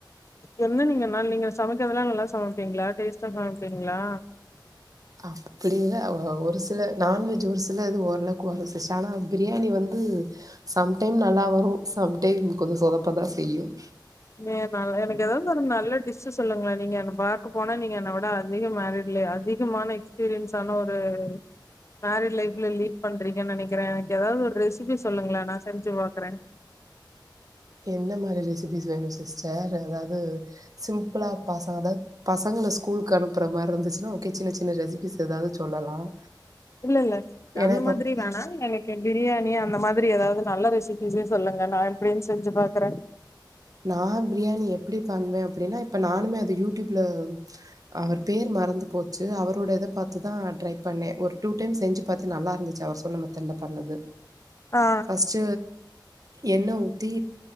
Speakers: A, on the left (about 35°); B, on the right (about 50°).
A: என்ன நீங்க நா நீங்க சமைக்கிறதுல்லா நல்லா சமைப்பீங்களா டேஸ்ட்டா சமைப்பீங்களா
B: அப்படி இல்ல ஒரு சில நான்வெஜ் ஒரு சில இது ஓரளவுக்கு வரும் சிஸ் ஆனா பிரியாணி வந்து சம்டைம் நல்லா வரும் சம்டைம் கொஞ்சம் சொதப்பதா செய்யும்
A: ஏ ந எனக்கு ஏதாவது ஒரு நல்ல டிஷ் சொல்லுங்களே நீங்க என்ன பாக்க போனா நீங்க என்னை விட அதிக மேரிட்ல அதிகமான எக்ஸ்பீரியன்ஸ் ஆன ஒரு மேரிட் லைஃப்ல லீட் பண்றீங்கன்னு நினைக்கிறே எனக்கு ஏதாவது ஒரு ரெசிபி சொல்லுங்களே நா செஞ்சு பாக்குறே
B: என்ன மாரி ரெசிபிஸ் வேணு சிஸ்டர் அதாவது சிம்பிளா பசங்க அதாவது பசங்கள ஸ்கூலுக்கு அனுப்புற மாரி இருந்துச்சுன்னா ஓகே சின்ன சின்ன ரெசிபிஸ் ஏதாவது சொல்லலாம்
A: இல்ல இல்ல
B: ஏன்னா
A: அந்த
B: இப்போ
A: மாதிரி வேணா எனக்கு பிரியாணி அந்த மாதிரி ஏதாவது நல்ல ரெசிப் ரெசிபி சொல்லுங்க நா எப்படின்னு செஞ்சு பாக்குறே
B: நா பிரியாணி எப்படி பண்ணுவே அப்டின்னா இப்ப நானுமே அது யூடியூப்ல அவர் பேர் மறந்து போ சு அவருடையத பாத்துதா ட்ரை பண்ண ஓரு டூ டைம்ஸ் செஞ்சு பாத்தே நல்லா இருந்துச்சு அவர் சொன்ன மெத்தட்ல பண்ணது
A: ஆ
B: ஃபர்ஸ்ட் என்ன ஊத்தி